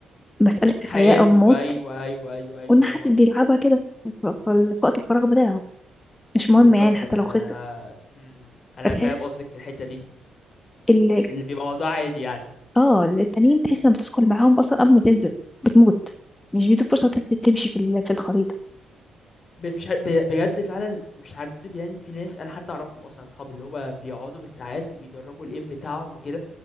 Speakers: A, on the left; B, on the left.
A: مسألة حياة
B: حياته
A: أو موت
B: ايوه ايوه ايوه ايوه
A: وإن
B: فاهم
A: حد
B: قصدك
A: بيلعبها كده ف- ف- في وقت الفراغ بتاعه مش مهم
B: بالظبط
A: يعني حتى
B: انا
A: لو
B: انا
A: خسر
B: م- م. أنا
A: فتحس
B: فاهم قصدك في الحته دي
A: ال
B: اللي بيبقى موضوع عادي يعني
A: اه التانيين تحس لما بتدخل معاهم أصلا قبل ما تنزل بتموت مش بيدوا فرصة تت- تمشي في ال- في الخريطة
B: ب- مش ه- ب- بجد فعلا مش هكدب يعني في ناس انا حتى اعرفهم اصلا اصحابي اللي هو بيقعدوا بالساعات وبيدربوا الايم بتاعهم وكده